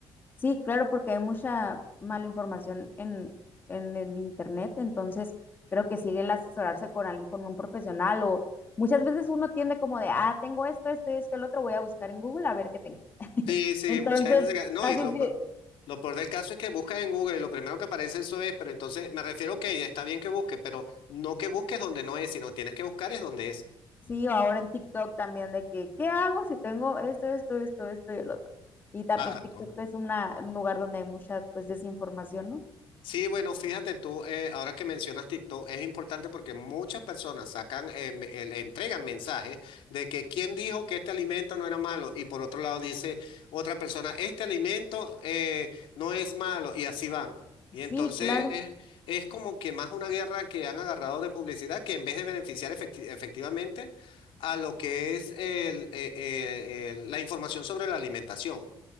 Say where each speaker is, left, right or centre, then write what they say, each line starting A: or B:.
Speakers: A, on the left; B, on the left.
A: Sí, claro, porque hay mucha mala información en, en el internet, entonces creo que sigue el asesorarse con alguien, con un profesional o muchas veces uno tiende como de, ah, tengo esto, esto, esto, el otro, voy a buscar en Google a ver qué tengo. <laughs>
B: Sí, sí,
A: Entonces,
B: mucha gente se queda. No,
A: casi
B: y lo,
A: sí,
B: pe- lo peor del caso es que buscas en Google y lo primero que aparece eso es, pero entonces me refiero, ok, está bien que busques, pero no que busques donde no es, sino tienes que buscar es donde es.
A: sí, o ahora en TikTok también de que, ¿qué hago si tengo esto, esto, esto, esto y el otro? Y también
B: Ah,
A: TikTok
B: ¿no?
A: es una, un lugar donde hay mucha, pues, desinformación, ¿no?
B: Sí, bueno, fíjate tú, eh, ahora que mencionas TikTok, es importante porque muchas personas sacan, eh, me- eh, le entregan mensajes de que quién dijo que este alimento no era malo y por otro lado dice otra persona, este alimento eh, no es malo y así van. Y
A: Sí,
B: entonces
A: claro.
B: eh, es como que más una guerra que han agarrado de publicidad que en vez de beneficiar efecti- efectivamente a lo que es el, eh, eh, el- la información sobre la alimentación.